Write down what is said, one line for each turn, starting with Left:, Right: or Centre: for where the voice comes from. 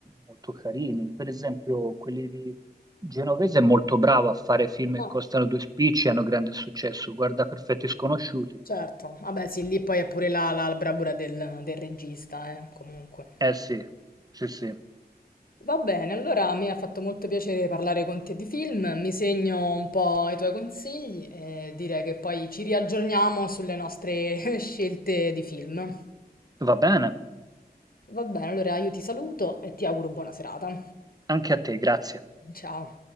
Right: molto carini, per esempio quelli di Genovese è molto bravo a fare film che
Left: Ah,
Right: costano due spicci e hanno grande successo, guarda Perfetti Sconosciuti.
Left: certo, vabbè sì, lì poi è pure la, la bravura del, del regista, eh, comunque.
Right: Eh sì, sì sì,
Left: Va bene, allora mi ha fatto molto piacere parlare con te di film, mi segno un po' i tuoi consigli e direi che poi ci riaggiorniamo sulle nostre <laughs> scelte di film.
Right: va bene,
Left: Va bene, allora io ti saluto e ti auguro buona serata.
Right: anche a te, grazie.
Left: Ciao.